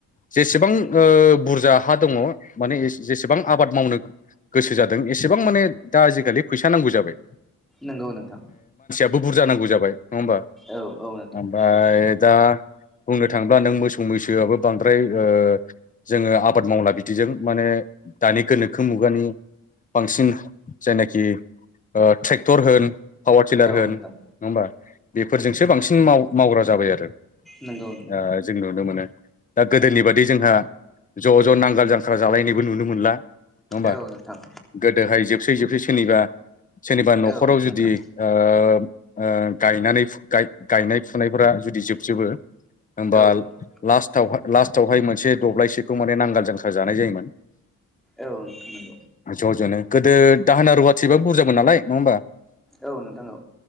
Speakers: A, on the left; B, in the centre.
A: जेसेबां बुरजा ओ हा दङ माने जेसेबां आबाद मावनो गोसो जादों एसेबां माने दा आजिखालि फैसा नांगौ जाबाय
B: नंगौ नोंथां
A: बुरजानांगौ जाबाय नङा होमबा
B: औ औ नोंथां
A: ओमफाय
B: नोंगौ
A: दा बुंनो थाङोब्ला नों मोसौ मैसोआबो बांद्राय ओ जोंङो आबाद मावला बिदिजों माने दानि गोनोखो मुगानि बांसिन जायनाखि ओ ट्रेक टर होन पावार टिलार
B: औ
A: होन नङा
B: नोंथां
A: होमबा बेफोरजोंसो बांसिन मावग्रा जाबाय आरो।
B: नोंगौ नोंगौ
A: ओ जों नुनो मोनो। दा गोदोनि बादि जोंहा ज' ज' नांगोल जांख्रा जालायनायबो नुनो मोनला। नङा होमबा
B: औ नोंथां
A: गोदोहाय जोबसै जोबसै सोरनिबा सोर
B: औ
A: खराव जुदि
B: नोंथां
A: ओ ओ गायनानै गायनाय फुनायफोरा जुदि जोबजोबो होमबा
B: औ नोंथां
A: लास्ट टावहा लास्टावहाय मोनसे दब्लायसेखौ माने नांगाल जांख्रा जानाय जायोमोन।
B: औ नोंथां
A: ज' ज'नो गोदो दाहोना रुवाथि बा बुरजामोन नालाय नङा होमबा।
B: औ नोंथां औ।